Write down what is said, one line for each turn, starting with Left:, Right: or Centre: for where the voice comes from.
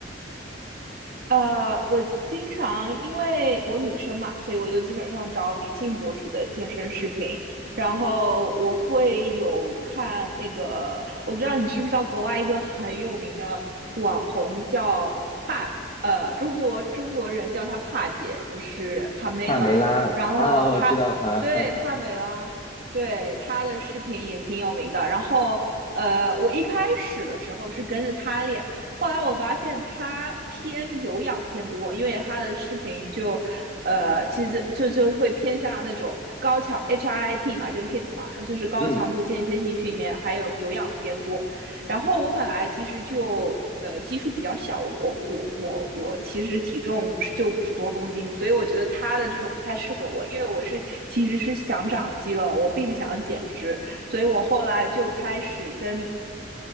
Right: 呃，我经常因为我女生嘛，所以我就基本上找女性博主的健身视频，然后我会有看那个，我不知道你知不知道国外一个很有名的网红叫帕，呃，中国中国人叫她帕姐，就是帕梅拉，
Left: 帕梅拉啊，
Right: 然后她对帕梅拉，
Left: 啊我知道她，<laughs>
Right: 对她的视频也挺有名的，然后。呃，我一开始的时候是跟着她练，后来我发现他偏有氧偏多，因为他的视频就，呃，其实就就会偏向那种高强 h i I t 嘛，就 HIT 嘛，然后就是高强度间歇性训练，
Left: 嗯
Right: 还有有氧偏多。然后我本来其实就呃基数比较小，我我我我其实体重五十就五十多公斤，所以我觉得他的这种不太适合我，因为我是其实是想长肌肉，我并不想减脂，所以我后来就开始跟